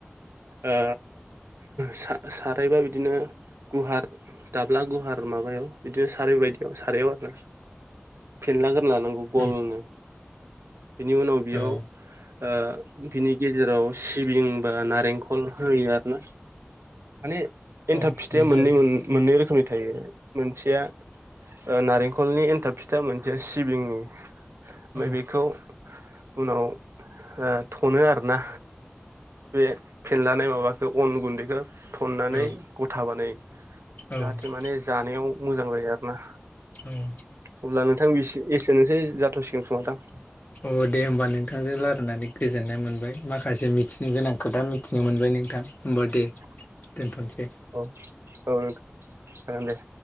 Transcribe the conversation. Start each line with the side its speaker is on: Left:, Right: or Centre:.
Right: ओ सा-सारायबा बिदिनो गुहार दाब्ला गुवार माबायाव बिदिनो सारै बायदियाव सारायाव ओ फेनला ग्रोना लानांगौ गलनो।
Left: उम
Right: बिनि उनाव बियाव
Left: औ
Right: ओ बिनि गेजेराव सिबिं बा नारेंखल होयो आरोना। माने एन्थाब
Left: औ
Right: फिथाया
Left: बिदि
Right: मोननै
Left: आरो
Right: मोननै रोखोमनि थायो मोनसेया ओ नारेंखलनि एन्थाब फिथा मोनसे सिबिंनि। ओमफाय
Left: औ
Right: बेखौ उनाव ओ थनो आरोना। बे फेनलानाय माबाखो अन गुन्दैखो। थननानै
Left: औ
Right: गथा बानायो। जाहाथे
Left: औ
Right: माने जानायाव मोजां जायो आर ना
Left: औ
Right: अब्ला नोंथां एसे एसेनोसै जाथ'सिगोन खोमा दां।
Left: अ दे होमबा नोंथांजों रालायनानै गोजोननाय मोनबाय माखासे मिथिनो गोनां खोथा मिथिनो मोनबाय नोंथां।
Right: <inaudible>
Left: होमबा दे दोनथ'नोसै।
Right: औ औ लोगो जागोन दे।